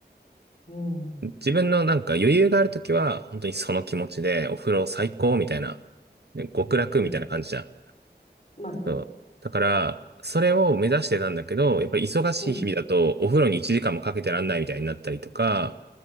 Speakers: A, on the left; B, on the right.
A: うん。
B: う。自分のなんか余裕があるときは、本当にその気持ちで、お風呂最高みたいな、ね極楽みたいな感じじゃん。
A: うん。まあね。
B: そう。だから、それを目指してたんだけど、やっぱり忙しい日々だと、
A: うん。
B: お風呂に1時間もかけてらんないみたいになったりとか、